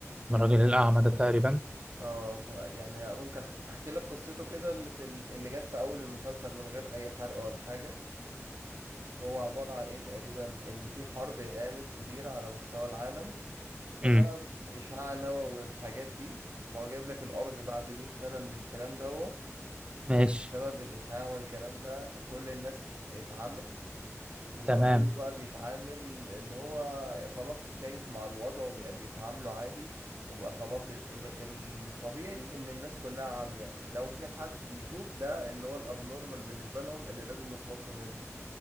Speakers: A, on the right (about 20°); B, on the right (about 65°).
A: الراجل الاعمى ده تقريبا
B: اه ف- يعني ممكن احكي, أحكي لك قصته كده اللي في ال- اللي جت في اول المسلسل من غير اي حرق ولا حاجة هو عبارة عن ايه تقريبا ان في حرب قامت كبيرة على مستوى العالم فبقى
A: امم
B: بإشعاع نووي والحاجات دي فهو جايب لك الأرض بعد 100 سنة من الكلام ده
A: ماشي
B: سبب الإشاعة والكلام ده كل الناس اتعمت وبقى
A: تمام
B: كله بقى بيتعامل اللي هو خلاص اتكيف مع الوضع وبقى بيتعاملوا عادي وبقى خلاص ال- الطبيعي ان الناس كلها عامية لو جه حد بيشوف ده اللي هو الابنورمال بالنسبة لهم اللي لازم يخلصوا منه